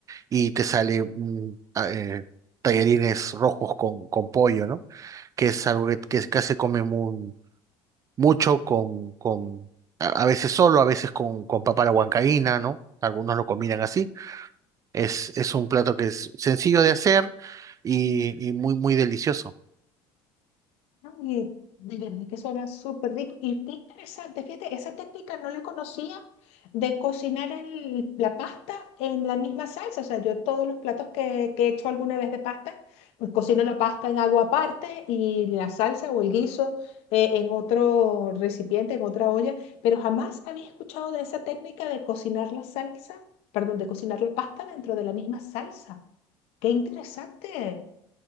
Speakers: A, on the right; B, on the left.
A: y te sale mm, a- eh, tallarines rojos con, con pollo, ¿no? Que es algo que, que casi se come muy mucho con, con a a veces solo, a veces con, con papa a la huancaína, ¿no? Algunos lo combinan así. Es, es un plato que es sencillo de hacer y, y muy, muy delicioso.
B: Y de verdad que suena súper rico. Y qué interesante, fíjate, esa técnica no la conocía de cocinar el- la pasta en la misma salsa. O sea, yo todos los platos que, que he hecho alguna vez de pasta, pues cocino la pasta en agua aparte y la salsa o el guiso eh, en otro recipiente, en otra olla. Pero jamás había escuchado de esa técnica de cocinar la salsa, perdón, de cocinar la pasta dentro de la misma salsa. Qué interesante.